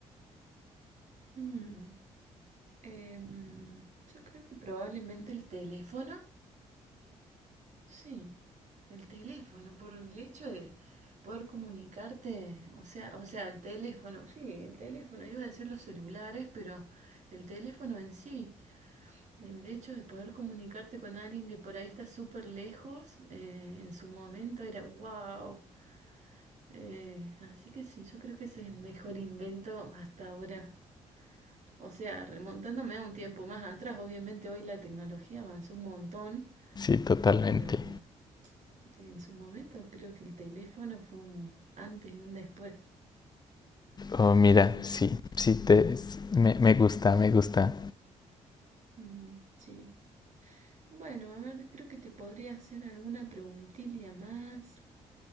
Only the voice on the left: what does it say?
Sí, totalmente.
Oh, mira,
sí,
sí, te, me, me gusta, me gusta.